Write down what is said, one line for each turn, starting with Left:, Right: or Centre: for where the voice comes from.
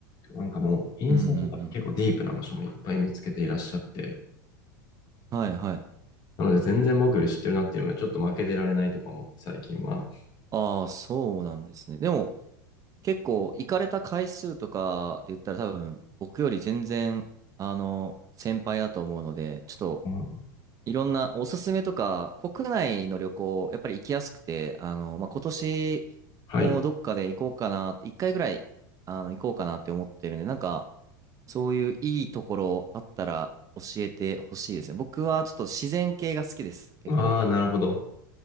Left: なんかもう、インスタとか結構ディープな場所もいっぱい見つけていらっしゃって、
Right: うんうんうん。はいはい。
Left: なので全然僕より知ってるなっていうので、ちょっと負けてられないとか思って最近は。
Right: ああ、そうなんですね。でも、結構行かれた回数とかで言ったら多分僕より全然あの先輩だと思うのでちょっと
Left: うん、
Right: いろんなおすすめとか国内の旅行やっぱり行きやすくてあの、まあ、今年
Left: はい。
Right: もどっかで行こうかな一回ぐらいあの行こうかなって思ってるんでなんかそういういいところあったら教えてほしいですね僕はちょっと自然系が好きです結構
Left: ああ、なるほど。